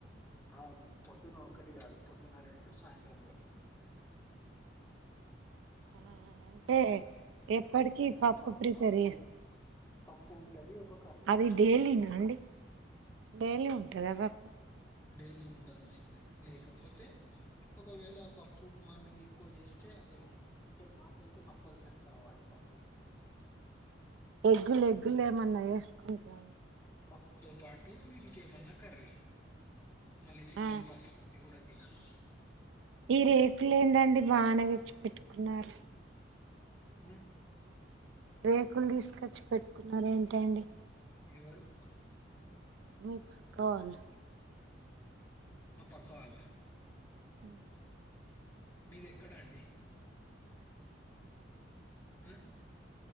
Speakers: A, on the left; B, on the right.
A: అవును పొద్దున ఒకక్కటి కాదు పొద్దున రెండు సాయంత్రం రెండు
B: ఆ అంటే ఎప్పటికి
A: పప్పు
B: పప్పు
A: ప
B: ప్రిపేర్
A: పప్పు
B: చేస్త
A: పప్పు ఉంటది ఒక కర్రీ
B: అది
A: ఉంటది
B: డైలీనా అండి డైలీ ఉంటుందా పప్పు
A: డైలీ ఉండాల్సిందే లేకపోతే ఒకవేళ పప్పు మార్నింగ్ ఎక్కువ చేస్తే అదే ఉంటది అంటే నాకైతే కంపల్సరీ కావాలి పప్పు
B: ఎగ్గులు ఎగ్గులు ఏమన్నా వేసుకుంటర
A: పప్పుతో పాటు ఇంకేమన్నా కర్రీ మళ్ళీ సింగిల్
B: ఆ
A: పప్పు కూడా వినాను
B: ఈ రేకులు ఏందండి బాగానే తెచ్చి పెట్టుకున్నారు
A: ఉ
B: రేకులు తీసుకొచ్చి పెట్టుకున్నారు ఏంటండి
A: ఎవరు
B: మీ పక్క వాళ్లు
A: మా పక్క వాళ్ళ
B: ఉ
A: మీది ఎక్కడా అండి ఆ